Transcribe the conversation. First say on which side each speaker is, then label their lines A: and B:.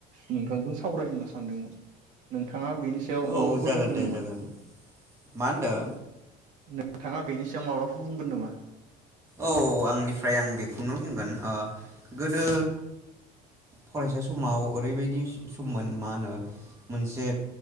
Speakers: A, on the right (about 45°); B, on the right (about 15°).
A: नोंथांजों सावरायनो होन्ना सानदोंमोन नोंथाङा थाङा बेनि सायाव
B: औ
A: माबाफोर
B: जागोन
A: बुंगोन
B: दे
A: नामा?
B: जागोन मा होनदों
A: नोंथाङा बेनि सायाव माबाफु बुंगोन नामा?
B: औ आंनिफ्राय आं बेखौनो बुंगोन ओ गोदो फरायसा समाव ओरैबायदि सममोन मा होनो मोनसे